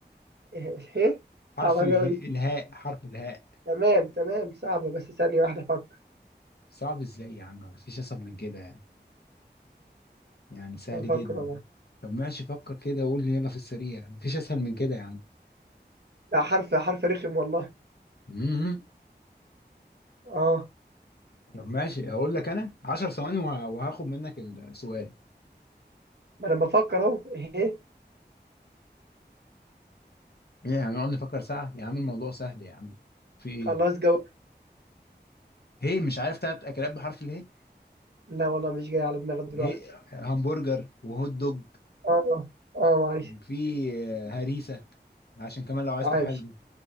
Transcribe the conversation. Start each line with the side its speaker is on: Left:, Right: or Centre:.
Right: إه، اله
Left: حرف
Right: صعبة
Left: اله
Right: أوي دي.
Left: الهاء حرف الهاء
Right: تمام تمام صعبة بس ثانية واحدة أفكر
Left: صعب ازاي يا عم مفيش اسهل من كده يعني يعني سهل
Right: أفكر
Left: جدا
Right: والله.
Left: طب ماشي فكر كده وقول لي يلا في السريع مفيش اسهل من كده يا عم
Right: لا حرف حرف رخم والله
Left: <laughs>
Right: اه
Left: طب ماشي اقول لك انا 10 ثواني وه- وهاخد منك السؤال
Right: ما أنا بفكر أهو ايه
Left: ايه هنقعد نفكر ساعة يا عم الموضوع سهل يا عم في ايه
Right: خلاص جو
Left: هي مش عارف تلات اكلات بحرف اله
Right: لا والله مش جاي على دماغي دلوقتي
Left: هي همبرجر وهوت دوج
Right: اه اه معلش
Left: في آه، هريسة عشان كمان لو عايز
Right: عايش
Left: تحلي